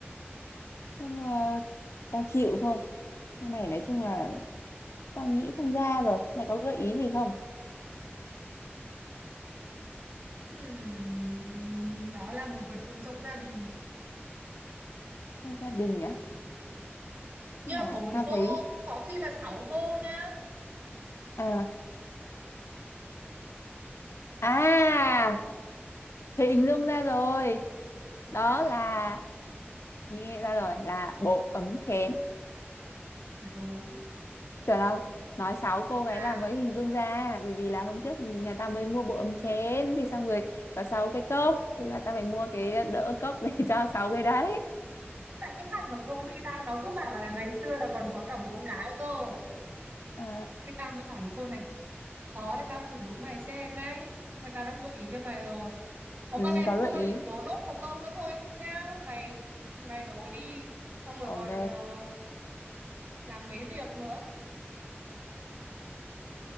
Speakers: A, on the left; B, on the right.
A: tao, ờ, tao chịu thôi câu này nói chung là tao nghĩ không ra rồi mày có gợi ý gì không
B: Ừm, nó là một vật dụng trong gia đình
A: trong gia đình á
B: như
A: mà
B: bốn
A: tao
B: cô
A: thấy
B: cũng có khi là sáu cô nhá
A: à à hình dung ra rồi
B: nghĩ
A: đó
B: ra được
A: là
B: chưa
A: nghe ra rồi là bộ ấm chén
B: đúng
A: chờ đâu nói xấu cô gái
B: là
A: là mới hình dung ra bởi vì là hôm trước nhà tao mới mua bộ ấm chén thì xong rồi có sáu cái cốc thì là tao phải mua cái đỡ cốc để <laughs> cho sáu cái đấy
B: tại cái thằng ở công ty tao nó cứ bảo là ngày xưa là còn có cả bốn cái cơ
A: Ờ,
B: thế tao mới bảo là câu này khó khó thì tao thử đố mày xem đấy mà tao đã gợi ý cho mày rồi Ok
A: Ừ, có
B: thôi
A: gợi ý.
B: đố nốt một câu nữa thôi nhá Mày mày đố đi Xong rồi
A: Ok,
B: còn ờ, làm mấy việc nữa